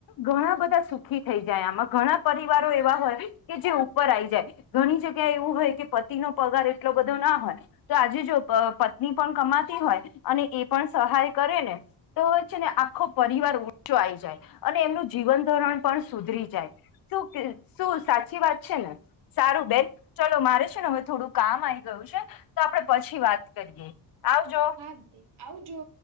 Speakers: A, on the left; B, on the right.
A: ઘણા બધા સુખી થઈ જાય આમાં ઘણા પરિવારો એવા હોય કે જે ઉપર આવી જાય ઘણી જગ્યાએ એવું હોય કે પતિ નો પગાર એટલો બધો ના હોય તો આજે જો પત્ની પણ કમાતી હોય અને એ પણ સહાય કરે ને તો હોય છે ને આખો પરિવાર ઊંચો આઈ જાય અને એમનું જીવન ધોરણ પણ સુધરી જાય શું શું સાચી વાત છે ને સારું બેન ચલો મારે છે ને હવે થોડું કામ આવીઈ ગયું છે તો આપડણે પછી વાત કરીએ આવજો
B: હે આવ જો